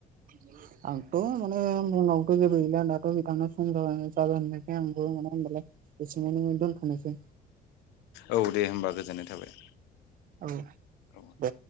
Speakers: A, on the right; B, on the left.
A: नोंगो <unintelligible> आंथ' माने बुंनांगौथ' जेबो गैला दाथ' नोंथाङा सम जाब आं माने होनाय <unintelligible> बेसे मान दल फस <unintelligible>
B: औ दे होमबा गोजोननाय थाबाय।
A: औ।
B: औ
A: दे।